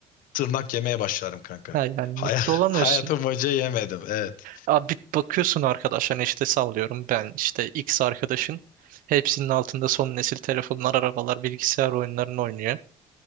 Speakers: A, on the left (about 75°); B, on the right (about 75°).
A: tırnak yemeye başlarım kanka.
B: Ha yani
A: Hay
B: mutlu olamıyorsun.
A: <laughs> hayatım boyunca yemedim. Evet.
B: Abi bakıyorsun arkadaşlarına işte sallıyorum ben işte X arkadaşın. Hepsinin altında son nesil telefonlar, arabalar, bilgisayar oyunlarını oynuyor.